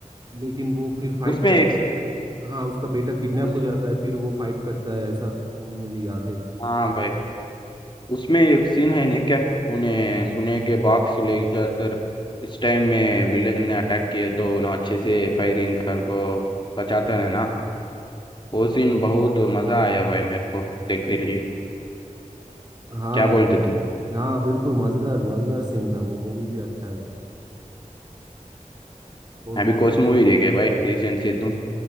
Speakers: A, on the right; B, on the left.
A: लेकिन वो फिर फाइट
B: उसमें
A: करता
B: एक
A: है उसको हाँ उसका बेटा किडनैप
B: उसमें
A: हो जाता है फिर वो फाइट करता है ऐसा मुझे याद है
B: हाँ भाई उसमें एक सीन है नहीं क्या उन्हें सुने के बॉक्स ले जाकर इस टाइम में विलन ने अटैक किए तो उन्हें अच्छे से फायरिंग कर को बचाते हैं ना वो सीन बहुत मजा आया भाई मेरे को देखते लिए
A: हाँ
B: क्या बोलते तुम
A: हाँ बिल्कुल मज़ेदार मज़ेदार सीन था वो मूवी भी अच्छा है और
B: अभी कौन सी मूवी देखे भाई रिसेंट से तुम